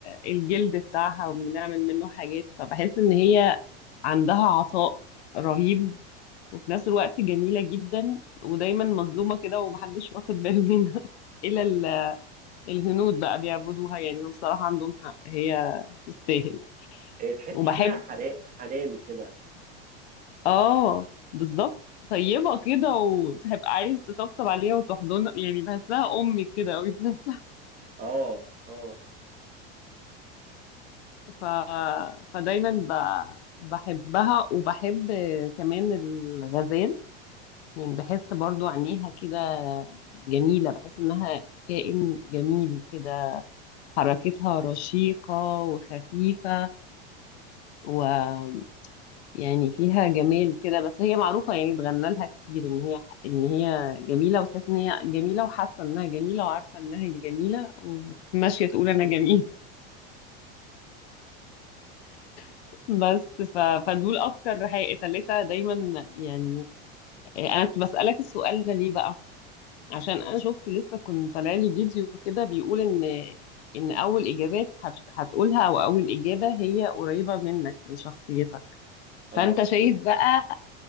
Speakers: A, on the left; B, on the right.
A: الجلد بتاعها وبنعمل منه حاجات فبحس ان هي عندها عطاء رهيب وفي نفس الوقت جميلة جدا ودايما مظلومة كده ومحدش واخد باله منها <laughs> إلا ال- الهنود بقى بيعبدوها يعني وبصراحة عندهم حق هي تستاهل
B: هي تحسي
A: وبحب
B: فيها حنان حنان كده
A: اه بالظبط طيبة كده وتبقى عايز تطبطب عليها وتحضنها يعني بحسها أمي كده أوي في نفسها
B: أه أه
A: ف... فدايما ب... بحبها وبحب كمان الغزال يعني بحس برضو عينيها كده جميلة بحس إنها كائن جميل كده حركتها رشيقة وخفيفة ويعني فيها جمال كده بس هي معروفة يعني اتغنى لها كتير ان هي ان هي جميلة وتحس ان هي جميلة وحاسة انها جميلة وعارفة انها جميلة وماشية تقول انا
B: <laughs>
A: جميل <laughs> بس ف... فدول اكتر حقيقة تلاتة دايما يعني انا كنت بسألك السؤال ده ليه بقى عشان انا شفت لسه كنت طالع لي فيديو كده بيقول ان ان اول اجابات هت... هتقولها او اول اجابة هي قريبة منك من شخصيتك فانت
B: اه اوكي
A: شايف بقى